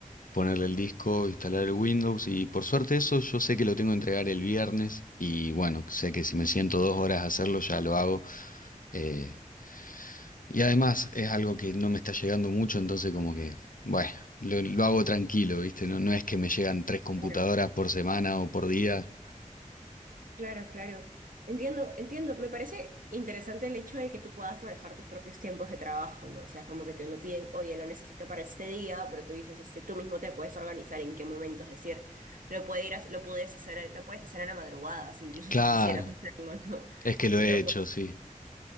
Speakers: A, on the left (about 85°); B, on the right (about 80°).
A: ponerle el disco, instalar el Windows. Y por suerte eso yo sé que lo tengo que entregar el viernes. Y bueno, sé que si me siento dos horas a hacerlo, ya lo hago. Eh, y además es algo que no me está llegando mucho, entonces como que, bueno, lo, lo hago tranquilo, viste. No, no es que me llegan tres computadoras
B: claro.
A: por semana o por día.
B: Claro, claro. Entiendo, entiendo. Me parece interesante el hecho de que tú puedas manejar tus propios tiempos de trabajo, ¿no? O sea, es como que te lo piden, oye, lo necesito para este día, pero tú dices, este, tú mismo te puedes organizar en qué momentos, es decir, lo puede ir a- lo puedes hacer, lo puedes hacer en la madrugada, si incluso
A: Claro,
B: si quisieras <laughs> hacerlo, ¿no?
A: Es que lo
B: No,
A: he hecho,
B: no.
A: sí.